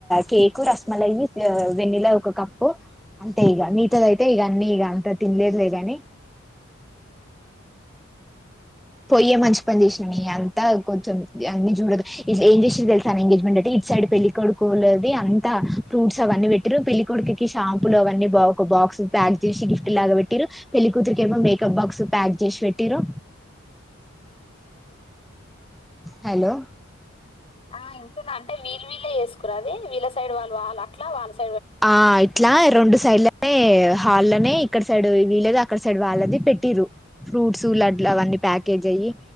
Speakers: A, in the centre; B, on the left (about 25°).
A: కేకు రసమలయి వెన్నెల ఒక కప్పు అంతే ఇగ మిగతదైతే ఇగ అన్నీ ఇగ అంత తినలేదులే గని
B: ఆ
A: పొయ్యే మంచిపని చేసిననే అంతా కొంచెం అన్నీ జూడదు ఇ ఏం చేసిరు తెలుసా ఎంగేజ్మెంట్ అంటే ఇటు సైడ్ ఇడు పెళ్లికొొడుకోల్లది అంతా ఫ్రూట్స్ అవన్నీ బెట్టిరు పెళ్లి కొడుకుకి షాంపులు అవన్నీ బా ఒక బాక్స్ ప్యాక్ జేసి గిఫ్టిల్లాగ బెట్టిరు పెళ్లికూతురికేమో మేకప్ బాక్స్ ప్యాక్ జేసి బెట్టిరు
B: ఆ
A: హలో
B: ఆ ఇంటున్నా అంటే వీళ్లు వీళ్లే ఏసుకురా అది వీళ్ళ సైడ్ వాళ్ళు వాల్ అట్లా వాళ్ళ సై
A: ఆ ఇట్లా రెండు సైడ్ లో ఏ హాల్లనే ఇక్కడ సైడ్ వి వీల్లదే అక్కడ సైడ్ వాళ్ళది పెట్టీరు ఫ్రూట్సూ లడ్ల్ అవన్ ని ప్యాకేజ్ ఎయ్యి